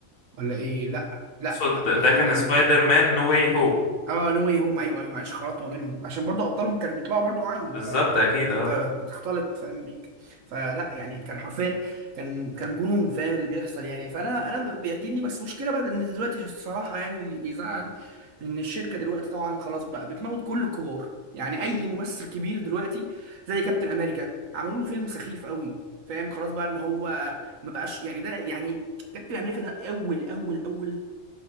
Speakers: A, on the right; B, on the left.
A: ولا ايه لا لا
B: صد
A: لا ده كان
B: ده كان سبايدر مان نو واي هوب
A: اه نو واي هوم ايوه ايوه معلش خلطت ما بينهم عشان برضو ابطالهم كانوا بيطلعوا برضو معاهم
B: بالظبط
A: ف...
B: اكيد
A: فانت
B: اه
A: بتختلط فاهم بيك فلا يعني كان حرفيا كان كان جنون فاهم اللي بيحصل يعني فانا انا بيعجبني بس مشكله بقى ان دلوقتي الصراحه يعني اللي بيزعل ان الشركه دلوقتي طبعا خلاص بقى بتموت كل الكبار يعني اي ممثل كبير دلوقتي زي كابتن امريكا عملوا له فيلم سخيف قوي فاهم خلاص بقى ان هو ما بقاش يعني ده يعني كابتن امريكا ده اول اول اول